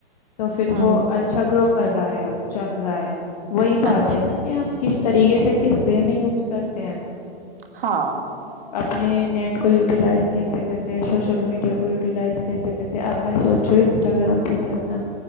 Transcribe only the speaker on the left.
تو پھر
وہ اچھا گرو کر رہا ہے اب چل رہا ہے وہی بات
ہے نا ہم کس طریقے سے کس وے میں یوز کرتے ہیں
اپنے نیٹ کو یوٹیلائز کیسے کرتے ہیں سوشل میڈیا کو یوٹیلائز کیسے کرتے ہیں اب میں سوچی ہ انسٹاگرام پہ بھی اپنا